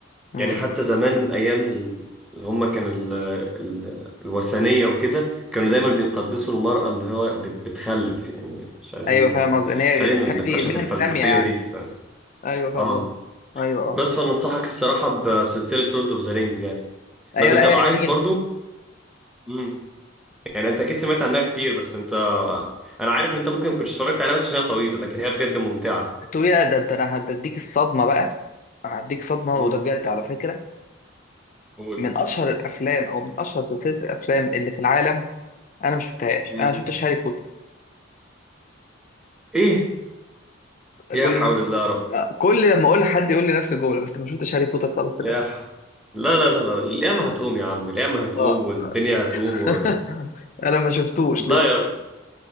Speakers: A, on the left; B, in the centre.
A: مم.
B: يعني حتى
A: مم.
B: زمان ايام ال- اللي هم كان ال... ال... الوثنيه وكده كانوا دايما
A: مم.
B: بيقدسوا المراه اللي هو بت... بتخلف يعني مش عايزين
A: ايوه فاهم قصدي ان هي
B: خلينا
A: كفايه
B: النقاشات
A: دي مهنة
B: الفلسفيه
A: سامية يعني
B: دي في
A: ايوه فاهم
B: اه
A: قصدي ايوه اه آه.
B: بس فانا انصحك الصراحه ب... بسلسله لورد اوف ذا رينجز يعني
A: ايوه
B: بس انت
A: لا هي
B: لو عايز
A: جميلة
B: برضو امم يعني انت اكيد سمعت عنها كتير بس انت انا عارف ان انت ممكن ما كنتش اتفرجت عليها بس عشان هي طويله لكن هي بجد ممتعه
A: الطويلة ده ده انا هديك الصدمة بقى انا هديك صدمة
B: امم
A: وده بجد على فكرة
B: قول
A: من اشهر الافلام او من اشهر سلسلة الافلام اللي في العالم انا ما شفتهاش
B: امم
A: انا ما شفتش هاري بوتر
B: ايه يا
A: كل
B: حول
A: الناس
B: الله يا رب
A: لا، كل لما اقول لحد يقول لي نفس الجمله بس ما شفتش هاري بوتر خالص للاسف
B: يا ح- لا لا لا لا القيامة هتقوم يا عم القيامة هتقوم
A: اه
B: والدنيا هتقوم
A: <laughs>
B: و...
A: انا ما شفتوش
B: لا
A: لسه
B: يا رب